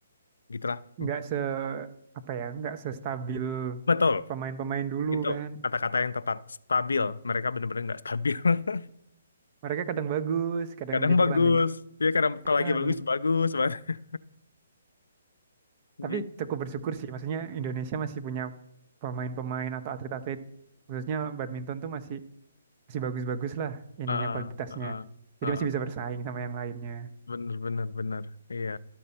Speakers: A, on the left; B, on the right.
A: gitulah. Hmm.
B: nggak se apa ya nggak sestabil
A: Betul,
B: pemain-pemain dulu
A: itu
B: kan
A: kata-kata yang tepat. Stabil. Mereka bener-bener nggak stabil. <laughs>
B: mereka kadang bagus kadang
A: kadang
B: di pertandingan
A: bagus ya kadang kalau
B: ah,
A: lagi bagus bagus banget Gitu.
B: tapi cukup bersyukur sih maksudnya Indonesia masih punya pemain-pemain atau atlet-atlet khususnya badminton tuh masih masih bagus-bagus lah ininya
A: Ah,
B: kualitasnya
A: ah, ah,
B: jadi
A: ah.
B: masih bisa bersaing sama yang lainnya
A: bener bener bener iya